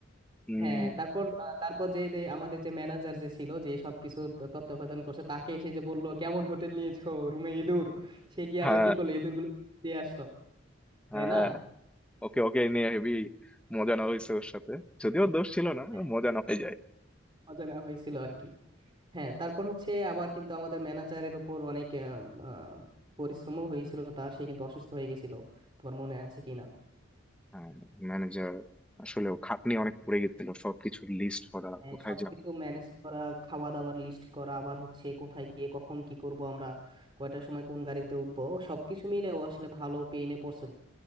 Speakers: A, in the centre; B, on the right.
A: হম
B: হ্যাঁ তারপর আহ, তারপর যে যে আমাদের যে ম্যানেজার যে ছিল যে সবকিছু তত্ত্বাবধান করছে তাকে এসে যে বললো কেমন হোটেল নিয়েছো রুমে ইঁদুর সে গিয়ে
A: হ্যাঁ
B: আবার কি করলো ইঁদুর গুলো দিয়ে আসলো তাই
A: হ্যাঁ
B: না
A: ওকে ওকে নিয়ে হেভি মজা নেওয়া হয়েছে ওর সাথে যদিও ওর দোষ ছিল না
B: হ্যাঁ
A: মজা নেওয়া হয়ে যায়
B: অজানা হয়েছিল আর কি হ্যাঁ তারপর হচ্ছে আবার কিন্তু আমাদের ম্যানেজারের উপর অনেক আহ, আহ, পরিশ্রমও হয়েছিল তার সে কিন্তু অসুস্থ হয়ে গেছিল তোমার মনে আছে কিনা
A: হ্যাঁ ম্যানেজার আসলে ও খাটনি অনেক পড়ে গেছিল সবকিছু লিস্ট করা
B: হ্যাঁ,
A: কোথায়
B: সবকিছু
A: যাবে
B: ম্যানেজ করা খাওয়া দাওয়ার লিস্ট করা আবার হচ্ছে কোথায় গিয়ে কখন কি করব আমরা কয়টার সময় কোন গাড়িতে উঠবো সবকিছু মিলে ও আসলে ভালো পেইনে পড়ছিল